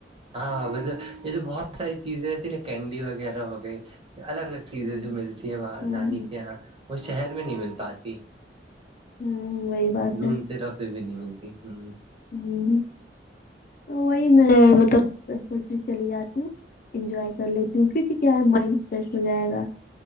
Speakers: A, on the right; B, on the left.
A: ہاں ہاں مطلب یہ تو بہت ساری چیزیں رہتی نا کینڈی وغیرہ ہو گئی الگ الگ چیزیں
B: ہوں
A: جو ملتی ہے وہاں
B: ہوں
A: نانی کے یہاں وہ شہر میں نہیں مل پاتی
B: ہمم وہی بات
A: دھند تے رہو پھر بھی نہیں ملتی ہمم
B: ہمم تو وہی میں مطلب سوچ چلی جاتی ہوں انجوائے کر لیتی ہوں کیوکی کیا ہے مائنڈ فریش ہو جائے گا